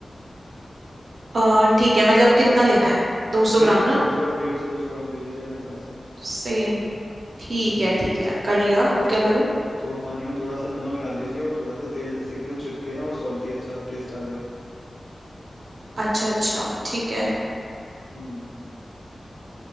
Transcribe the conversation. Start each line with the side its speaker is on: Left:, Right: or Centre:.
Right: आ, ठीक है मतलब कितना लेना है दो सौ
Left: वही
Right: ग्राम ना
Left: 200 150 200 ग्राम ले लीजिए अपने हिसाब से
Right: सेम ठीक
Left: हम्म
Right: है ठीक है कर लिया अब क्या करूं
Left: तो पानी में थोड़ा सा नमक डाल लीजिए और थोड़ा सा तेल जिससे कि वो चिपके ना और सॉल्टी अच्छा टेस्ट आ जाए
Right: अच्छा अच्छा ठीक है
Left: हम्म